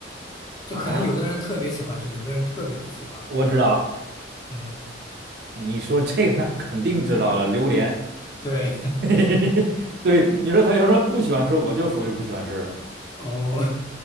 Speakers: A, on the left; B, on the right.
A: 就可能有的人特别喜欢吃，
B: 啊！
A: 有的人特别不喜欢。
B: 我知道了，
A: 嗯，
B: 你说这个那肯定知道了，榴莲。
A: 对，
B: <laughs> 对，你说他有人不喜欢吃，我就属于不喜欢吃的，
A: <laughs> 哦，